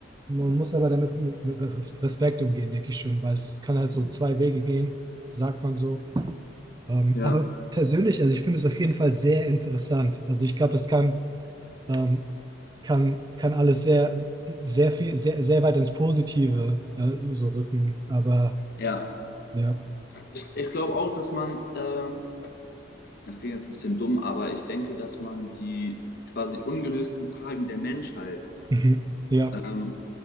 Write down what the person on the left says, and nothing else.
ja,
ja.
Ich, ich glaube auch, dass man, ähm, das klingt jetzt ein bisschen dumm, aber ich denke, dass man die quasi ungelösten Fragen der Menschheit
ähm,